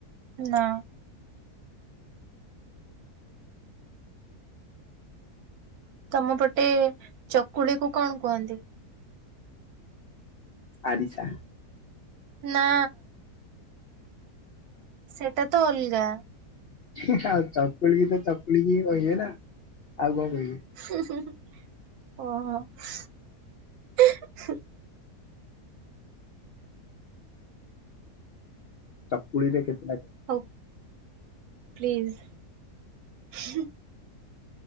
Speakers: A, on the right; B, on the left.
A: ନା। ତମ ପଟେ ଚକୁଳିକୁ କଣ କୁହନ୍ତି?
B: ଆରିସା।
A: ନା ସେଟା ତ ଅଲଗା।
B: ହିଁ ହିଁ ଆଉ ଚକୁଳିକି ତ ଚକୁଳିିକି କହିବେ ନା ଆଉ କଣ କହିବେ
A: ହୁଁ ହୁଁ ହୁଁ ଓହୋ ଉ ହୁଁ।
B: ଚକୁଳିରେ କେତେଟା
A: ହୋଉ ପ୍ଲିଜ୍ ହୁଁ।